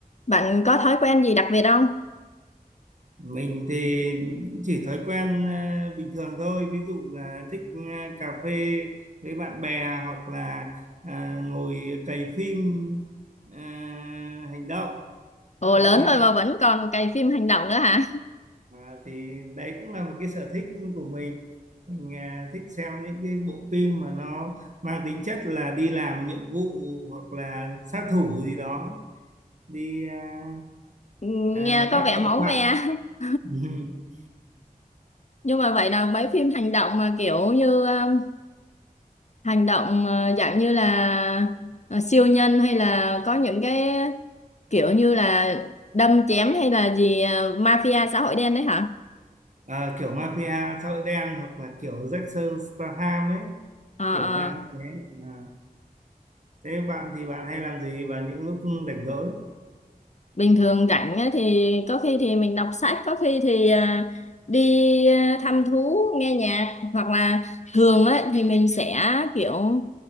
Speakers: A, on the left; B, on the right.
A: Bạn có thói quen gì đặc biệt không?
B: Mình thì chỉ thói quen ờ, bình thường thôi, ví dụ là thích ờ, cà phê với bạn bè hoặc là à, ngồi cày phim à, hành động.
A: Ồ
B: Đấy
A: lớn
B: thi
A: rồi
B: thoảng
A: mà vẫn còn cày phim hành động nữa hả?
B: à, thì đấy cũng là một cái sở thích của mình. Mình à, thích xem những cái bộ phim mà nó mang tính chất là đi làm nhiệm vụ hoặc là sát thủ gì đó, đi à,
A: Ừ,
B: à,
A: Nghe có
B: bắt
A: vẻ
B: tội
A: máu
B: phạm.
A: me <laughs>
B: <laughs>
A: nhưng mà vậy là mấy phim hành động mà kiểu như um, hành động ờ, dạng như là ờ, siêu nhân hay là có những cái kiểu như là đâm chém hay là gì ờ, mafia xã hội đen đấy hả?
B: Ờ, kiểu mafia xã hội đen hoặc là kiểu Jackson Statham ấy
A: Ờ
B: kiểu
A: ờ.
B: dạng như thế à. Thế bạn thì bạn hay làm gì vào những lúc rảnh rỗi
A: bình thường rảnh á thì có khi thì mình đọc sách có khi thì à, đi à, thăm thú nghe nhạc hoặc là thường ấy thì mình sẽ kiểu